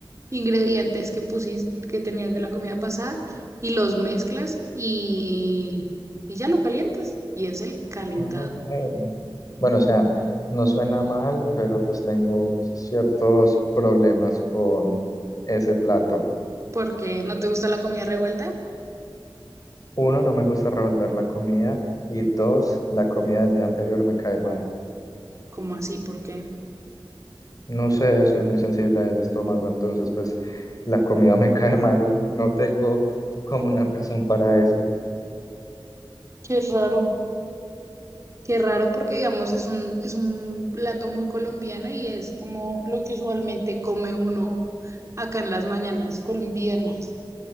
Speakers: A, on the right (about 35°); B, on the left (about 45°).
A: ingredientes que pusiste, que tenías de la comida pasada y los mezclas y, y ya lo calientas. Y es el calentado.
B: Ok. Bueno, o sea, no suena mal, pero pues tengo ciertos problemas con ese plato.
A: ¿Por qué no te gusta la comida revuelta?
B: Uno, no me gusta revolver la comida y dos, la comida del día anterior me cae mal.
A: ¿Cómo así? ¿Por qué?
B: No sé, soy muy sensible del estómago, entonces pues la comida me cae mal. No tengo como una razón para eso.
A: Qué raro. Qué raro porque digamos es un, es un plato muy colombiano y es como lo que usualmente come uno acá en las mañanas colombianas.